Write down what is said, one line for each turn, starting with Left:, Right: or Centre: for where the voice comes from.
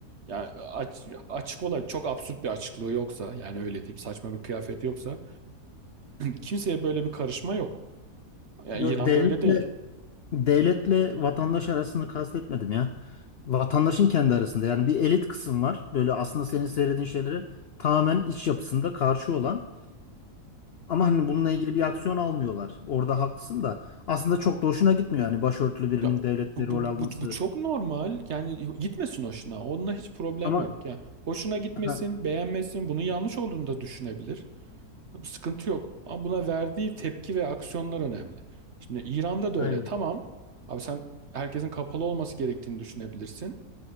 Right: Yani aç- açık olarak çok absürt bir açıklığı yoksa, yani öyle diyeyim, saçma bir kıyafeti yoksa kimseye böyle bir karışma yok. Ya
Left: Yok.
Right: İran'da
Left: devletle
Right: öyle değil.
Left: devletle vatandaş arasını kastetmedim ya. Vatandaşın kendi arasında yani bir elit kısım var. Böyle aslında senin söylediğin şeyleri tamamen iç yapısında karşı olan ama hani bununla ilgili bir aksiyon almıyorlar. Orada haklısın da aslında çok da hoşuna gitmiyor yani başörtülü birinin
Right: Ya,
Left: devletle
Right: bu,
Left: rol
Right: bu, bu,
Left: alması.
Right: bu bu çok normal. Yani gitmesin hoşuna. Onunla hiç problem
Left: Ama
Right: yok. Yani hoşuna gitmesin,
Left: ha,
Right: beğenmesin, bunun yanlış olduğunu da düşünebilir. Sıkıntı yok. Ama buna verdiği tepki ve aksiyonlar önemli. Şimdi İran'da da
Left: aynen.
Right: öyle. Tamam. Abi sen herkesin kapalı olması gerektiğini düşünebilirsin.